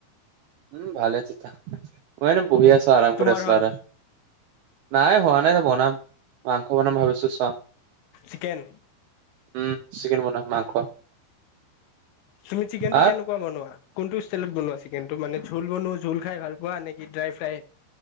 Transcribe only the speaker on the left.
তোমাৰ
হ'ল
চিকেন।
তুমি চিকেনটো
কেনেক কেনেকে বনোৱা, কোনটো ষ্টাইলত বনোৱা? চিকেনটো মানে জোল বনোৱা, জোল খাই ভাল পোৱা? নেকি ড্ৰাই ফ্ৰাই।